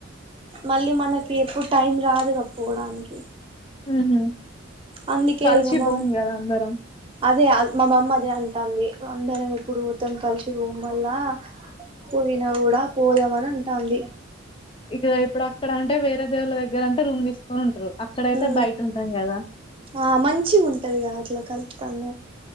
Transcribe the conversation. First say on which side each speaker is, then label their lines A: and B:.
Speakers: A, on the right (about 25°); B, on the left (about 25°).
A: మళ్ళీ మనకి ఎప్పుడు టైం రాదుగా పోవడానికి
B: హహ
A: అందుకే
B: కలిసి
A: ఇగ మం
B: బాంది కదా అందరం
A: అదే మా అమ్మ అదే అంటుంది అందరం ఇప్పుడు ఊతం కలిసి రూం వల్ల పోయినా కూడా పోదామని అంటుంది
B: ఇక ఇప్పుడు అక్కడ అంటే వేరే దేవుళ్ల దగ్గర అంటే రూమ్ తీసుకొని ఉంటారు అక్కడైతే
A: ఉ
B: బయట ఉంటాం కదా
A: ఆ మంచి ఉంటది కదా అట్లా కలి త్తంద